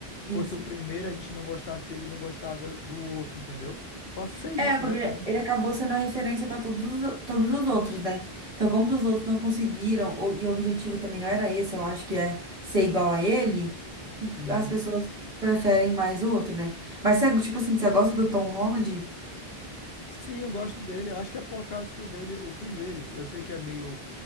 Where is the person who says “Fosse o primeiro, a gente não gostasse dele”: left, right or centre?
Left